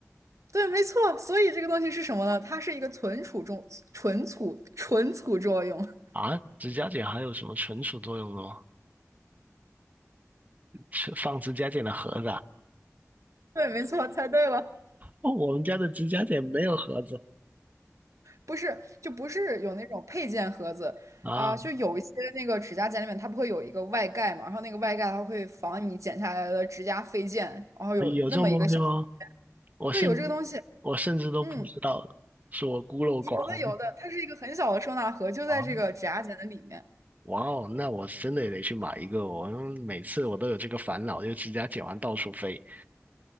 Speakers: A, on the right; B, on the right.
A: 对，没错。所以这个东西是什么呢？它是一个存储重、存储、存储作用。<laughs>
B: 啊，指甲剪还有什么存储作用的吗？是放指甲剪的盒子啊？
A: 对，没错，猜对了。
B: 哦，我们家的指甲剪没有盒子。
A: 不是，就不是有那种配件盒子啊、
B: 啊，
A: 就有一些那个指甲剪里面，它不会有一个外盖嘛，然后那个外盖它会防你剪下来的指甲飞溅，然后有那么一个小孔
B: 有这种东西吗？我甚至我甚至都不知道，
A: 对，有这个东西，嗯，
B: 是我孤陋寡闻
A: 有的有的，它是一个很小的收纳盒，就在这个指甲剪的里面，
B: 啊！哇哦，那我真的也得去买一个哦我每次我都有这个烦恼，就指甲剪完到处飞。